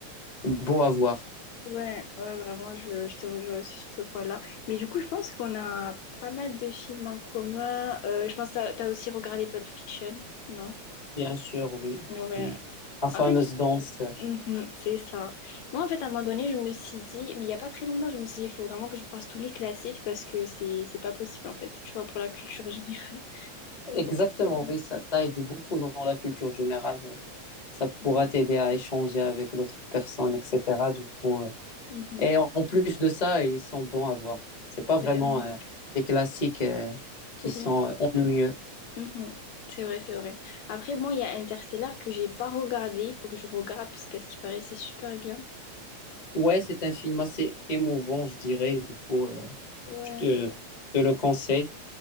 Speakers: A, on the left; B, on the left.
A: beau à voir.
B: Ouais, ouais, vraiment, je, je te rejoins aussi sur ce point-là. Mais du coup, je pense qu'on a pas mal de films en commun. Euh, je pense que t'as, t'as aussi regardé Pulp Fiction, non?
A: Bien sûr, oui,
B: Ouais.
A: oui. La fameuse
B: En fait,
A: danse. euh,
B: mhm, c'est ça. Moi, en fait, à un moment donné, je me suis dit, mais il y a pas très longtemps, je me suis dit, il faut vraiment que je fasse tous les classiques parce que c'est, c'est pas possible, en fait, tu vois, pour la culture générale. <laughs>
A: Exactement,
B: Donc, mhm,
A: oui, ça, ça aide beaucoup dans la culture générale. Euh, Ça pourra
B: mhm.
A: t'aider à échanger avec d'autres personnes, etc. Du coup, euh.
B: mhm.
A: Et en en plus de ça, ils sont bons à voir. C'est pas
B: Ben
A: vraiment
B: oui,
A: euh, des classiques euh, qui
B: pour
A: sont
B: rien.
A: euh, ennuyeux.
B: Mhm. C'est vrai, c'est vrai. Après, bon, il y a Interstellar que j'ai pas regardé. Il faut que je regarde parce qu'à ce qui paraît, c'est super bien.
A: Ouais, c'est un film assez émouvant, je dirais. Du coup, euh,
B: Ouais,
A: je te, je te le conseille.